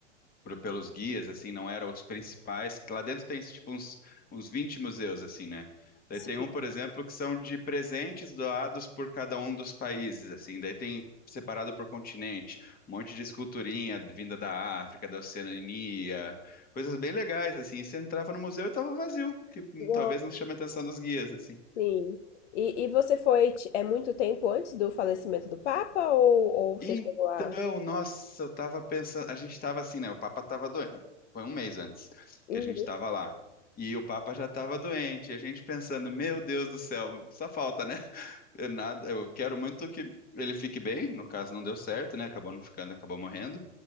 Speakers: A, on the left (about 25°); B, on the left (about 75°).
A: pro- pelos guias, assim, não eram os principais, que lá dentro tem tipo uns, uns 20 museus, assim, né? Daí
B: Sim.
A: tem um, por exemplo, que são de presentes doados por cada um dos países, assim, daí tem separado por continente, um monte de esculturinha vinda da África, da Oceania, coisas bem legais, assim, e você entrava no museu e tava vazio, que hum,
B: Nossa,
A: talvez não chame a atenção dos guias, assim.
B: Sim. E, e você foi, ti- é muito tempo antes do falecimento do Papa, ou, ou
A: Então,
B: você chegou a...
A: nossa, eu tava pensando, a gente tava assim, né? O Papa tava doente, foi um mês antes
B: Uhum.
A: que a gente tava lá. E o Papa já tava doente, e a gente pensando, meu Deus do céu, só falta, né? <laughs> Eu, nada, eu quero muito que ele fique bem, no caso não deu certo, né? Acabou não ficando, acabou morrendo.